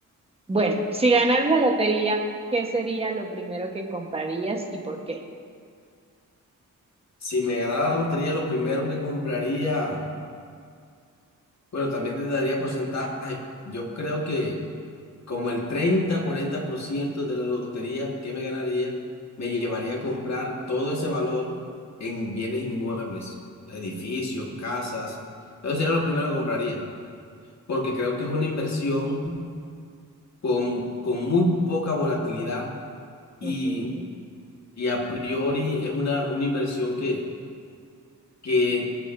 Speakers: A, on the right; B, on the left.
A: Bueno, si ganaras la lotería, ¿qué sería lo primero que comprarías y por qué?
B: Si me ganara la lotería, lo primero que compraría, bueno, también te daría porcentaje. Yo creo que como el treinta o 40% de la lotería que me ganaría, me llevaría a comprar todo ese valor en bienes inmuebles, edificios, casas. Eso sería lo primero que compraría, porque creo que es una inversión con, con muy poca volatilidad y,
A: Ujú.
B: y a priori es una, una inversión que que